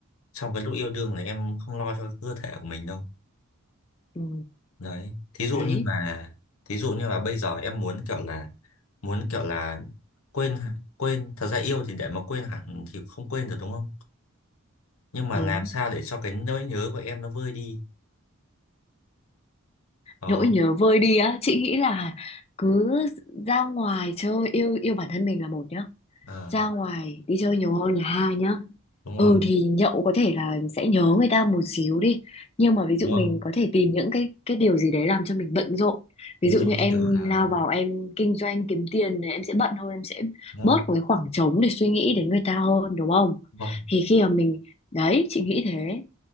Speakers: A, on the left; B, on the left.
A: trong cái lúc yêu đương là em không lo cho cái cơ thể của mình đâu
B: Ừ.
A: đấy thí dụ
B: Đấy,
A: như mà thí dụ như là bây giờ em muốn kiểu là muốn kiểu là quên hẳn- quên thật ra yêu thì để mà quên hẳn thì không quên được đúng không nhưng mà
B: đúng.
A: làm sao để cho cái nỗi nhớ của em nó vơi đi đó
B: Nỗi nhớ vơi đi á, chị nghĩ là cứ ra ngoài chơi yêu yêu bản thân mình là một nhá.
A: ờ,
B: Ra ngoài đi chơi nhiều hơn là hai nhá.
A: đúng
B: Ừ
A: rồi
B: thì nhậu có thể là sẽ nhớ người ta một xíu đi, nhưng mà ví dụ
A: đúng
B: mình
A: rồi
B: có thể tìm những cái cái điều gì đấy làm cho mình bận rộn. Ví
A: ví
B: dụ
A: dụ
B: như
A: như
B: em
A: kiểu là
B: lao vào em kinh doanh kiếm tiền thì em sẽ bận hơn, em sẽ
A: đúng
B: bớt
A: rồi
B: một cái khoảng trống để suy nghĩ đến người ta hơn đúng không?
A: đúng rồi
B: Thì khi mà mình đấy, chị nghĩ thế.